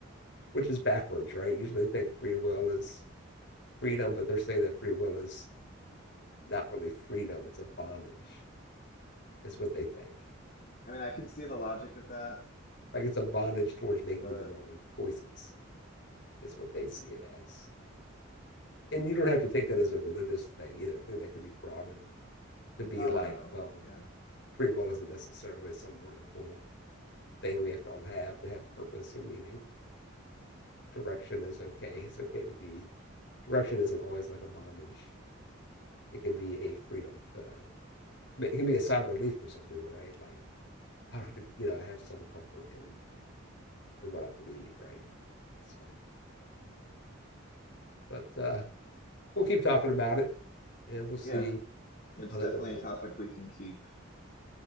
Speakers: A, on the left (about 55°); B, on the left (about 45°).
A: which is backwards, right? Usually think free will is freedom, but they're saying that free will is not really freedom, it's a bondage, is what they think.
B: I mean, I can see the logic of that,
A: Like it's a bondage towards making
B: but
A: the wrong choices, is what they see it as. And you don't have to take that as a religious thing either. I think that could be broadened to be
B: oh,
A: like,
B: no, no.
A: well,
B: Yeah.
A: free will isn't necessarily some wonderful thing we have to all have to have purpose and meaning. Direction is okay. It's okay to be. Direction isn't always like a bondage. it can be a freedom to it can be a sigh of relief for some people, right? Like I don't have to, you know, I have some comfort in in what I believe, right? So, but uh, we'll keep talking about it, and we'll see
B: Yeah. It's
A: how that
B: definitely
A: develops.
B: a topic we can keep